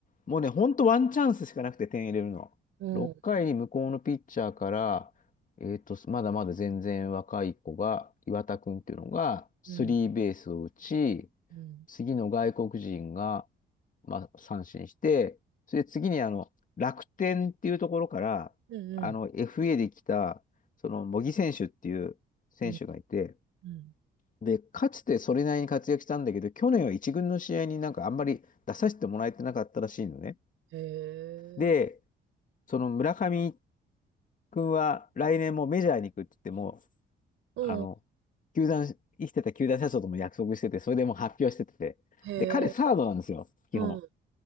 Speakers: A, on the left; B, on the right.
A: もうね、ほんとワンチャンスしかなくて点入れるの。
B: い。うん。
A: 6回に向こうのピッチャーから、えっと、まだまだ全然若い子が、岩田君っていうのが、スリーベースを打ち、
B: うん。うん。
A: 次の外国人が、まあ、三振して、それで次にあの、楽天っていうところから、
B: うんうん。
A: あの、FA で来た、その、茂木選手っていう選手がいて、
B: うんうん。
A: で、かつてそれなりに活躍したんだけど、去年は一軍の試合になんかあんまり出させてもらえてなかったらしいのね。
B: へ
A: で、
B: え。
A: その村上君は来年もメジャーに行くって言っても、
B: うん。
A: あの、球団、生きてた球団社長とも約束してて、それでもう発表してて。
B: へえ。
A: で、彼サードなんですよ、基本。
B: うん。